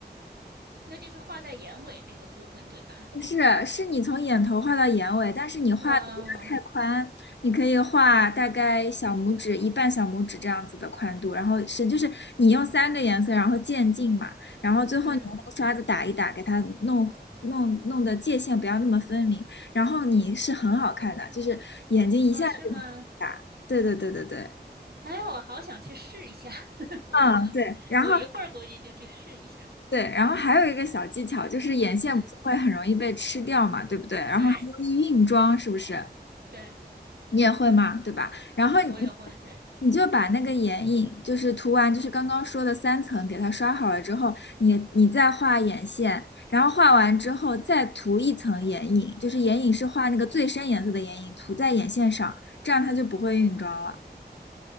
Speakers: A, on the right; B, on the left.
A: 那就是画在眼尾那个部分，对吧？
B: 不是，是你从眼头画到眼尾，但是你画的不要太宽，
A: 哦，
B: 你可以画大概小拇指一半小拇指这样子的宽度，然后是就是你用三个颜色，然后渐进嘛，然后最后你用那个刷子打一打，
A: 嗯，
B: 给它弄弄弄的界限不要那么分明，然后你是很好看的，就是眼睛一下子就打，
A: 哦，是吗？
B: 对对对对对。
A: 哎，我好想去试一下，<laughs> 我可能我一会儿估计就去试一下。
B: 嗯，对，然后对，然后还有一个小技巧，就是眼线不是会很容易被吃掉嘛，
A: 嗯，
B: 对不对？然后还容易晕妆，
A: 对
B: 是不是？
A: 对，
B: 你也会嘛，对吧？然后你
A: 我也会，对，
B: 你就把那个眼影，就是涂完，就是刚刚说的三层，给它刷好了之后，你你再画眼线，然后画完之后再涂一层眼影，就是眼影是画那个最深颜色的眼影，涂在眼线上，这样它就不会晕妆了。